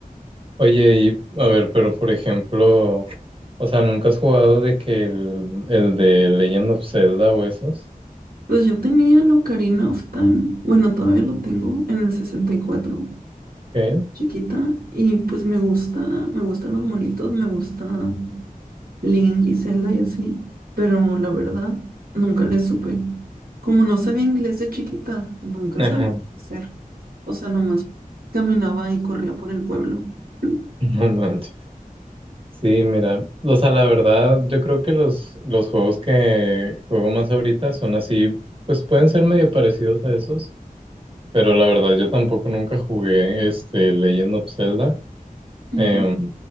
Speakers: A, on the right; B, on the right.
A: Oye, y a ver, pero por ejemplo, o sea, ¿nunca has jugado de que el, el de Legend of Zelda o esos?
B: Pues yo tenía el Ocarina of Time. Bueno, todavía lo tengo en el 64
A: ¿Qué?
B: chiquita. Y pues me gusta, me gustan los monitos, me gusta Link y Zelda y así. Pero la verdad, nunca le supe. Como no sabía inglés de chiquita, nunca
A: Ajá.
B: sabía qué hacer. O sea, nomás caminaba y corría por el pueblo. <laughs>
A: <laughs> No manches. Sí, mira, o sea, la verdad, yo creo que los, los juegos que juego más ahorita son así, pues pueden ser medio parecidos a esos, pero la verdad yo tampoco nunca jugué este Legend of Zelda.
B: Ujú.
A: Em,